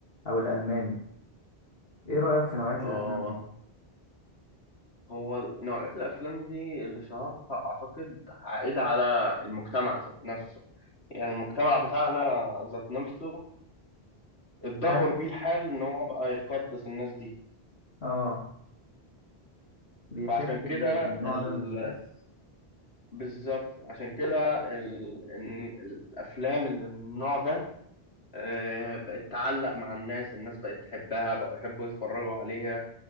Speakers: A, on the left; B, on the left.
A: او الالماني ايه رايك في نوعيه
B: آه.
A: الافلام دي
B: هو نوعية الأفلام دي اللي شهرها أعتقد عائد على المجتمع ذات نفسه يعني المجتمع بتاعنا ذات نفسه اتدهور
A: هل
B: بيه الحال إن هو بقى يقدس الناس دي
A: اه بيحب
B: فعشان كده
A: ال- النوع
B: ال...
A: ده من الناس
B: بالظبط عشان كده ال... إن الأفلام اللي من النوع ده آه، بقت تعلق مع الناس الناس بقت تحبها بقوا يحبوا يتفرجوا عليها